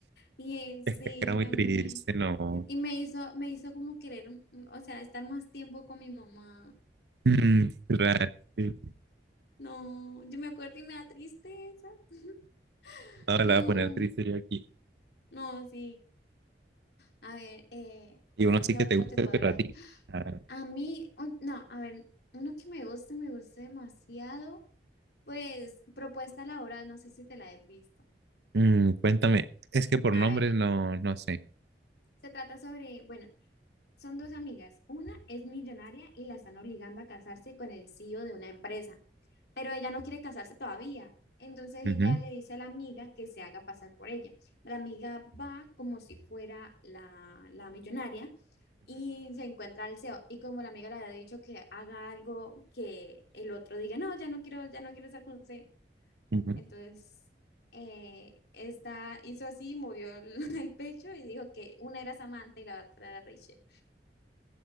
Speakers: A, on the left; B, on the right.
A: Y él,
B: <laughs>
A: sí,
B: Era
A: yo
B: muy
A: también.
B: triste, no.
A: Y me hizo, me hizo como querer, mm, mm, o sea, estar más tiempo con mi mamá.
B: Mm, claro, sí.
A: No, yo me acuerdo y me da tristeza. <laughs>
B: No, la
A: No,
B: voy a poner triste yo aquí.
A: no, sí. A ver, eh,
B: Y uno sí
A: ¿qué
B: que
A: otro
B: te gusta
A: te podré
B: el perratico.
A: ver?
B: Ah,
A: A mí, un- no, a ver, uno que me gusta, me gusta demasiado, pues propuesta laboral, no sé si te la he visto.
B: mm, cuéntame, es que por
A: A
B: nombres
A: ver,
B: no, no sé.
A: se trata sobre, bueno, Son dos amigas. Una es millonaria y la están obligando a casarse con el CEO de una empresa, pero ella no quiere casarse todavía. Entonces ella
B: Ujú,
A: le dice a la amiga que se haga pasar por ella. La amiga va como si fuera la, la millonaria y se encuentra al CEO. Y como la amiga le había dicho que haga algo que el otro diga, no, ya no quiero, ya no quiero estar con usted.
B: ujú, ujú.
A: Entonces eh, esta hizo así, movió <laughs> el, el pecho y dijo que una era Samantha y la otra era Rachel.